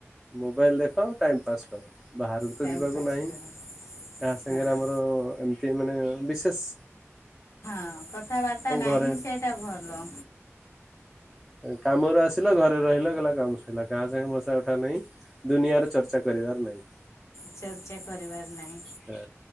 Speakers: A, in the centre; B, on the left (about 70°).
A: ମୋବାଇଲ୍ ଦେଖ ଟାଇମ୍ ପାସ୍ କର। ବାହାରକୁତ
B: ଟାଇମ୍
A: ଯିବାକୁ
B: ପାସ୍
A: ନାହିଁ
B: କର
A: କାହା ସାଙ୍ଗରେ
B: ହଁ
A: ଆମର ଏମିତି ମାନେ ବିଶେଷ୍
B: ହଁ କଥାବାର୍ତ୍ତା ନାହିଁ
A: ଘରେ
B: ସେଇଟା ଭଲ।
A: କାମରୁ ଆସିଲ ଘରେ ରହିଲ କହିଲା କାମ ସରିଲା କାହା ସାଙ୍ଗେ ବସା ଉଠା ନାହିଁ ଦୁନିଆରେ ଚର୍ଚ୍ଚା କରିବାର ନାହିଁ
B: ଚର୍ଚ୍ଚା କରିବାର ନାହିଁ।
A: ହଁ